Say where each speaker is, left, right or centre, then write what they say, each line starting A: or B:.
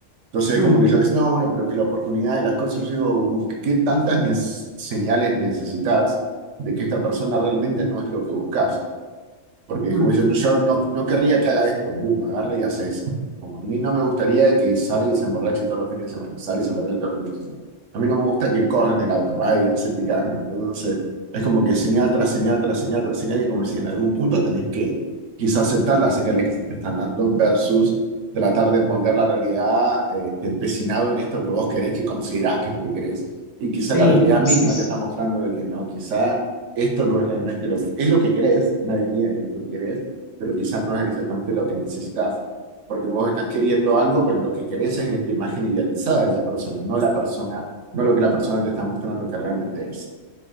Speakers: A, on the right (about 75°); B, on the right (about 30°).
A: Entonces es
B: Mm,
A: como que ella Sí. dice, no, bueno, pero que la oportunidad de las cosas, yo digo, ¿qué tantas nes- señales necesitas de que esta persona realmente no es lo que buscas? Porque es
B: mm,
A: como diciendo, yo no, no querría que haga esto, boom, agarra y hace eso. Como a mí no me gustaría que salga y se emborrache todos los fines de semana, salga y se emborrache todos los fines de semana. A mí no me gusta que corra en el auto, va y hace picadas con el auto. Entonces, es como que señal tras señal, tras señal, tras señal, y como si en algún punto tenés que quizás aceptar las señales que se te están dando versus tratar de moldear la realidad eh, empecinado en esto que vos querés, que considerás que es lo que querés. Y quizás
B: sí,
A: la realidad misma
B: sí, sí.
A: te está mostrando de que no, quizás esto no es realmente lo que, es lo que querés, nadie niega que no es lo que querés, pero quizás no es exactamente lo que necesitas, porque vos estás queriendo algo, pero lo que querés es esta imagen idealizada de la persona, no la persona, no lo que la persona te está mostrando que realmente es.